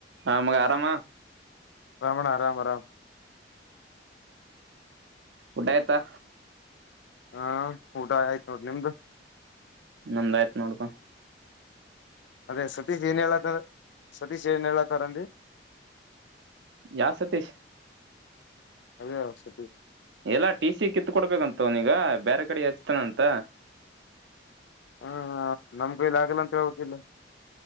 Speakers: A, on the right; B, on the left.
A: ಹ ಮಾಗ ಆರಾಮ
B: ರಾಮಣ ಅರಾಮ ಅರಾಮ
A: ಉಟಾಯತ್ತಾ
B: ಹಾ ಊಟ ಆಯ್ತು ನೋಡಿ ನಿಮ್ದು
A: ನಮ್ದಾಯ್ತ್ ನೋಡ್ಪಾ
B: ಅದೇ ಸತಿ ಜೀನಿ ಹೇಳತದ ಸತೀಶ ಹೇಳತರಂದಿ
A: ಯಾ ಸತೀಶ್
B: ಅವ ಯಾವ ಸತೀಶ
A: ಎಲ್ಲಾ ಟಿ ಸಿ ಕಿತ್ ಕೊಡ್ಬೇಕಂತ ಅವ್ನೀಗ ಬ್ಯಾರೆ ಕಡೆಗ ಹಚ್ತಾನ ಅಂತ
B: ಹ್ಮ್ ನಮ್ಮ ಕೈಲಿ ಆಗಲ್ಲ ಅಂತ ಹೇಳಬೇಕಿಲ್ಲ